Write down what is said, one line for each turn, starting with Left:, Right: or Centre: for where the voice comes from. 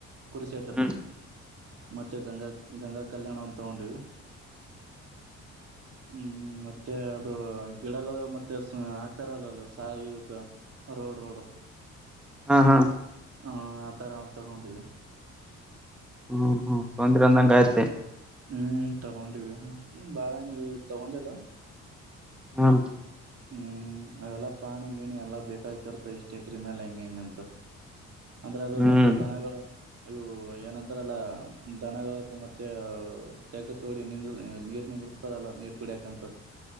Right: ಕುರಿಸೆಡ್
Centre: ಹ್ಮ್
Right: ಮತ್ತೆ ಗಂಗಾ ಗಂಗಾ ಕಲ್ಯಾಣ ಅಂತ ತಗೊಂಡವಿ ಹ್ಮ್ ಮತ್ತೆ ಅದು ಗಿಡಗಳು ಮೆ ಆಗ್ತಾರಲ್ಲಲ್ಲ ಸ ಇದಕ್ ರೋಡ್ ರೋಡ್
Centre: ಹಾ ಹಾ
Right: ಹ ಆ ತರ ತಗೊಂಡಿವಿ
Centre: ಹ್ಮ್ ಹ್ಮ್ ತೊಂದರ ಅಂದಂಗ
Right: ಹ್ಮ್
Centre: ಯ್ತೆ
Right: ಹ್ಮ್ ತಗೊಂಡಿವಿ ಅಷ್ಟ ಬಾಳ ನೀ ತಗೊಂಡಿಲ್ಲ
Centre: ಹಾ
Right: ಹ್ಮ್ ಅವೆಲ್ಲ ಪಾಣಿ ಗಿಣಿ ಎಲ್ಲ ಬೇಕಾಗ್ತಿರ್ತಾವ ಎಷ್ಟು ಎಕ್ರ ಮೇಲೆ ಹೆಂಗೆ ಹೆಂಗಂತ ಅಂದ್ರೆ ಅದ
Centre: ಹ್ಮ್
Right: ಮತ್ತೆ ದನಗಳು ಇವು ಏನಂತ ಾರಲ್ಲ ದನಗಳಕ ಮತ್ತೆ ತೆಗ ತೋಡಿ ನಿ ನೀರ್ ನಿಂದ್ರಿಸ್ತಾರಲ್ಲ ನೀರ್ ಕುಡಿಯಕಂತೂ